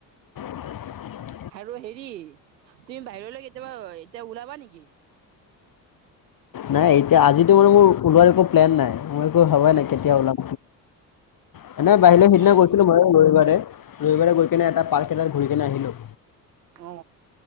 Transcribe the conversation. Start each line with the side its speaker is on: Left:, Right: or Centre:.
Left: <unintelligible>
Right: আৰু হেৰি তুমি বাহিৰলৈ কেতিয়াবা এতিয়া ওলাবা নেকি।
Left: নাই এতিয়া আজিটো মানে মোৰ ওলোৱাৰ একো প্লেন নাই মই একো ভবা
Right: আচ্ছা
Left: নাই কেতিয়া ওলাম। ন নাই বাহিৰে সেইদিনা
Right: নাই
Left: গৈছিলো মই ৰবিবাৰে ৰবিবাৰে গৈ কেনে এটা পাৰ্ক এটাত ঘূৰি কেনে আহিলো।
Right: অ